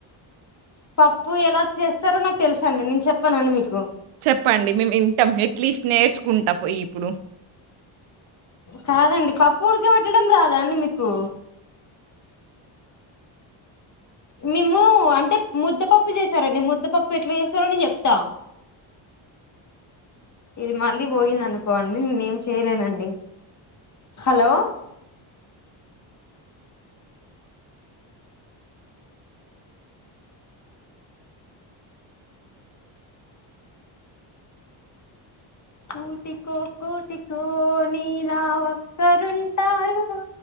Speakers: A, on the left; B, on the right.
A: పప్పు ఎలా చేస్తారో నాకు తెలుసండి నేను చెప్పనండి మీకు
B: చెప్పండి మేము వింటాం ఎట్లీస్ట్ నేర్చుకుంటా పొయ్యిప్పుడు
A: కాదండి పప్పు ఉడకబెట్టంం రాదా అండి మీకు మేము అంటే ముద్దపప్పు చేసారండి ముద్దపప్పు ఎట్లా చేస్తారో నేను చెప్తా ఇది మళ్ళీ పోయింది అనుకోండి నేను ఏం చేయలేనండి హలో కూటికో కోటికో నీలా ఒక్కరుంటారురా